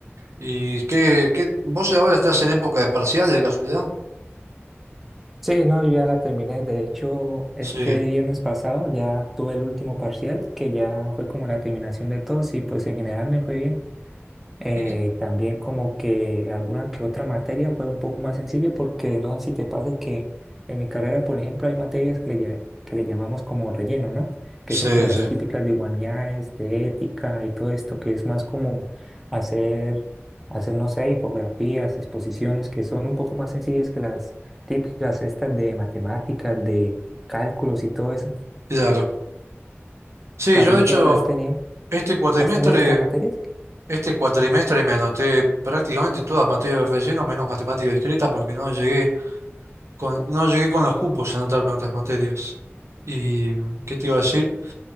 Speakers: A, on the right; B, in the centre.
A: ¿Y qué, qué, vos ahora estás en época de parciales de casualidad?
B: sí, no, yo ya la terminé. De hecho, este
A: Sí.
B: viernes pasado ya tuve el último parcial, que ya fue como la terminación de todos y pues en general me fue bien. Eh,
A: ¿Y qué-
B: también como que alguna que otra materia fue un poco más sencilla porque no sé si te pasa que en mi carrera, por ejemplo, hay materias que le, lla- que le llamamos como relleno, ¿no? Que son
A: Sí,
B: como las
A: sí,
B: típicas de humanidades, de ética y todo esto, que es más como hacer, hacer, no sé, infografías, exposiciones, que son un poco más sencillas que las típicas estas de matemáticas, de cálculos y todo eso.
A: claro. Sí,
B: ¿También
A: yo de hecho,
B: te has tenido,
A: este cuatrimestre,
B: has tenido estas materias?
A: este cuatrimestre me anoté prácticamente todas materias de relleno, menos matemática discreta, porque no llegué. con- no llegué con los cupos a anotarme a otras materias. ¿Y qué te iba a decir?